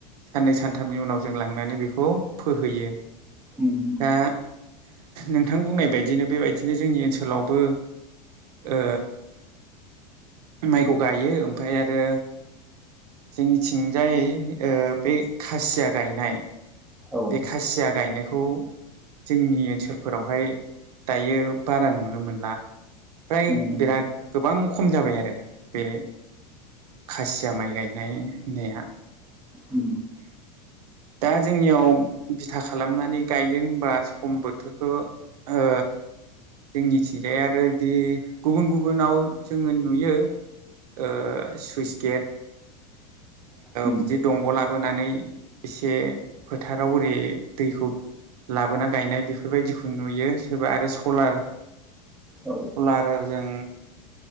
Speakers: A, on the right; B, in the centre.
A: साननै सानथामनि उनाव जों लांनानै बेखौ फोहैयो
B: उम
A: दा नोंथां बुंनाय बायदिनो बेबायदिनो जोंनि ओनसोलावबो ओ माइखौ गायो ओमफ्राय आरो जोंनिथिंजाय ओ बे खासिया गायनाय
B: औ उम
A: बे खासिया गायनायखौ जोंनि ओनसोलफोरावहाय दायो बारा नुनो मोनला फ्राय
B: उम
A: बिराद गोबां खम जाबाय आरो बे खासिया माइ गायनाय होननाया
B: उ
A: दा जोंनियाव बिथा खालामनानै गायो होमबा सम बोथोरखौ ओ जोंनिथिंजाय आरो बिदि गुबुन गुबुनाव जोङो नुयो ओ सुइस गेट
B: उम
A: बिदि दंग' लाबोनानै एसे फोथाराव ओरै दैखौ लाबोना गायनाय बेफोरबायदिखौ नुयो सोरबा आरो सलार
B: औ
A: सलारजों